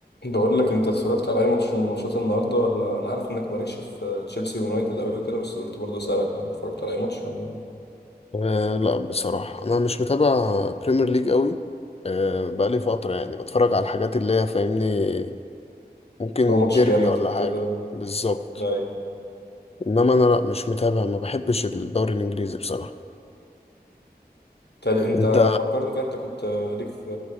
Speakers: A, on the left (about 80°); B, on the left (about 35°).
A: بقول لك انت اتفرجت على اي ماتش من ماتشات النهارده ولا انا عارف انك مالكش في تشيلسي ويونايتد قوي كده بس قلت برضه اسالك انا اتفرجت على اي ماتش ولا
B: أه لا بصراحة أنا مش متابع بريمير ليج قوي أه بقالي فترة يعني بتفرج على الحاجات اللي هي فاهمني ممكن
A: لو ماتش
B: ديربي
A: جامد
B: ولا حاجة
A: كده
B: بالظبط
A: اي
B: إنما أنا لا مش متابع ما بحبش الدوري الإنجليزي بصراحة
A: تالي انت
B: أنت
A: فكرني كده انت كنت ليك في